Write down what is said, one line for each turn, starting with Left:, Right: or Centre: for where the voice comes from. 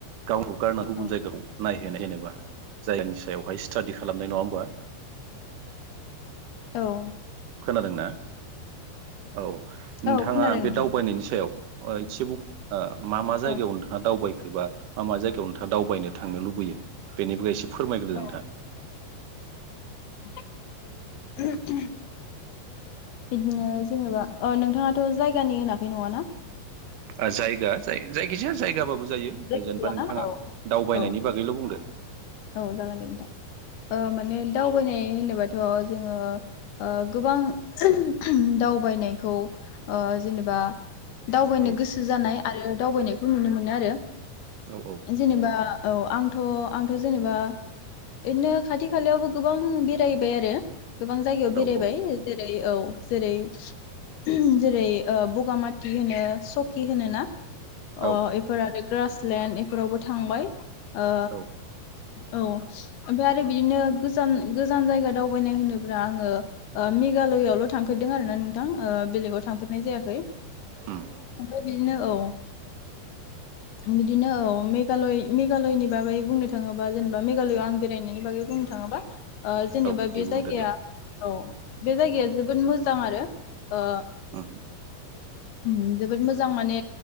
Right: गावखौ गारना गुबुन
Left: औ
Right: जायगाखौ नायो। जेनेबा जायानि सायावहाय स्टाडि खालामनाय नङा होमबा?
Left: औ
Right: खोनादोंना? औ नोंथाङा
Left: औ खोनादों
Right: बे
Left: नोंथां
Right: दावबायनायनि सायाव <unintelligible> ओ मा मा जायगायाव
Left: औ
Right: नोंथांङा दावबायखोबा मा मा जायगायाव नोंथांङा दावबायनो थांनो लुबैयो बेनिबो एसे फोरमायग्रोदो
Left: औ
Right: नोंथां
Left: उम उम बिदिनो जेनेबा अ नोंथांङाथ' जायगानि होनाखै नंङाना?
Right: ओ जायगा जा-जायखिजाया जायगा बाबो जायो
Left: जायखिजायाना
Right: जेनेबा नोंथांङा
Left: औ
Right: दावबायनायनि
Left: औ
Right: बागैल' बुंदो
Left: औ जागोन दे नोंथां ओ माने दावबायनाय होनोबाथ' जोङो गोबां ओम ओम दावबायनायखौ ओ जेनेबा दावबायनो
Right: औ
Left: गोसो जानाय आरो दावबायनायखौ नुनो मोनो आरो
Right: औ औ
Left: जेनेबा औ आंथ' आं थ' जेनेबा इदिनो खाथि खालायावबो गोबां बेरायबाय आरो गोबां जायगायाव बेरायबाय
Right: औ औ
Left: जेरै ए औ जेरै उम जेरै ओ बगामाथि होनो सकि होनो ना? अ
Right: औ
Left: एफोर आरो ग्रासलेणड एफोरावबो थांबाय ओ
Right: औ
Left: औ ओमफ्राय आरो बिदिनो गोजान गोजान जायगा दावबायनाय होनोब्ला आंङो ओ मेघालयआवल' थांफेरदों आरोना नोंथां ओ बेलेगाव थांफेरनाय जायाखै ।
Right: उम
Left: ओमफ्राय बिदिनो औ बिदिनो औ मेघालय मेघालयनि बागै बुंनोथां थांङोबा जेनेबा मेघालयआव आं बेरायनायनि बागै बुंनो थांङोबा ओ जेनेबा
Right: औ दे
Left: बे
Right: बुंदो
Left: जायगाया
Right: दे
Left: औ बे जायगाया जोबोद मोजां आरो ओ
Right: उम
Left: उम जोबोद मोजां माने